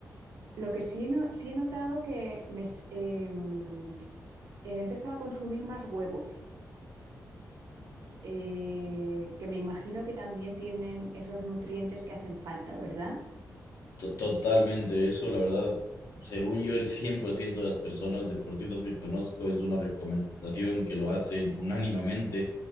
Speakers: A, on the right; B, on the left.
A: Lo que sí he, no- sí he notado que me, s- em, he empezado a consumir más huevos, eh, que me imagino que también tienen esos nutrientes que hacen falta, ¿verdad?
B: To- Totalmente, eso la verdad, según yo, el 100% de las personas deportistas que conozco es una recomendación que lo hacen unánimemente,